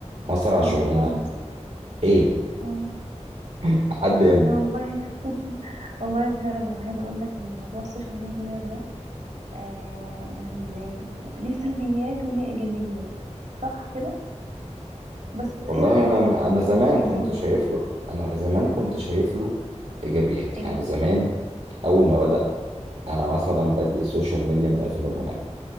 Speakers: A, on the right; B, on the right.
A: مأثر على
B: امم
A: شغلنا
B: خالص
A: ايه
B: امم
A: لحد امتى
B: إيه والله والله فعلا عايزه اقول لك ان موضوع السوشيال ميديا ده آه يعني زي ليه سلبيات وليه ايجابيات صح كده بس
A: والله
B: ايه رايك
A: انا
B: انت من
A: انا زمان
B: منظورك
A: كنت شايف له انا زمان كنت شايف له ايجابيات
B: ايجابيه
A: يعني زمان اول ما بدأ انا مثلا بادئ السوشيال ميديا من 2008